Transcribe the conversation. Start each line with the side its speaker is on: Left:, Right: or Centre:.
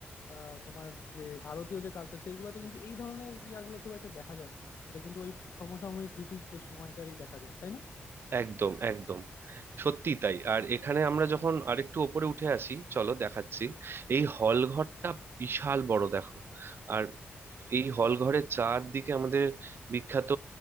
Left: আহ, তোমার যে ভারতীয় যে কালচার সেইগুলোতে কিন্তু এই ধরনের ইয়াগুলো খুব একটা দেখা যায় না এটা কিন্তু ওই সমসাময়িক ব্রিটিশদের সময়কারই দেখা যায় তাই না
Right: একদম একদম সত্যি তাই আর এখানে আমরা যখন আরেকটু ওপরে উঠে আসি চলো দেখাচ্ছি এই হল ঘরটা বিশাল বড় দেখো আর এই হল ঘরের চারদিকে আমাদের বিখ্যাত